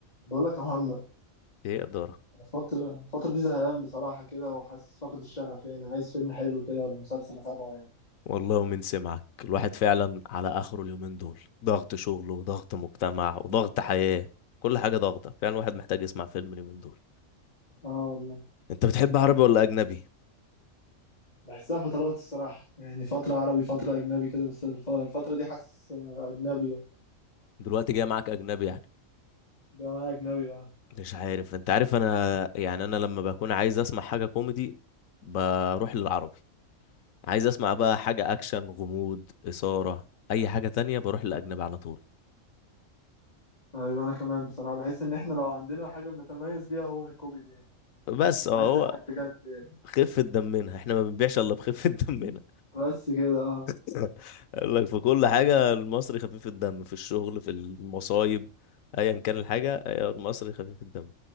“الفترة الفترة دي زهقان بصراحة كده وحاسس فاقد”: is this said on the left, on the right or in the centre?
Left